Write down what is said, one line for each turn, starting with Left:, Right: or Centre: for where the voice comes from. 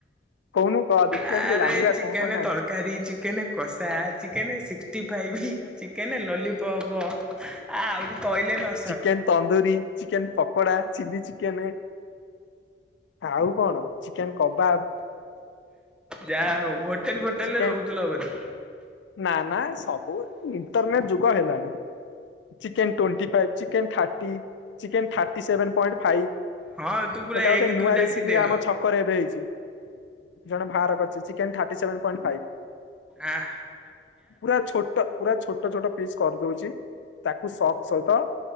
Left: କହୁନୁ କହ ଦେଖିବା
Centre: ଆରେ
Left: ଟିକେ ଜାଣିବା
Centre: ଚିକେନ
Left: କଣ କଣ ଜାଣିଛୁ
Centre: ତରକାରୀ ଚିକେନ କଷା chicken sixty five chicken lollipop ଆ ଆହୁରି କହିଲେ ସ
Left: chicken tandoori chicken pakoda chilli chicken ଆଉ କଣ ଚିକେନ କବାବ।
Centre: ଯା ହଉ ହୋଟେଲ ଫୋଟେଲରେ
Left: ଚିକେନ
Centre: ରହୁଥିଲ ବୋଧେ?
Left: ନା ନା ସବୁ ଇଣ୍ଟରନେଟ ଯୁଗ ହେଲାଣି। Chicken twenty five chicken thirty chicken thirty seven point five.
Centre: ହଁ ତୁ ପୁରା
Left: ଏଇଟା ଗୋଟେ
Centre: ଏକ
Left: ନୂଆ
Centre: ଦୁଇ ଡାକି
Left: ରେସିପି
Centre: ଦେ
Left: ଆମ
Centre: ନହେଲେ।
Left: ଛ କ ରେ ଏବେ ହେଇଛି ଜଣେ ବାହାର କରିଛି chicken thirty seven point five.
Centre: ଆଁ।
Left: ପୁରା ଛୋଟ ପୁରା ଛୋଟ ଛୋଟ ପିସ୍ କରିଦଉଛି। ତାକୁ ସକ୍ ସହିତ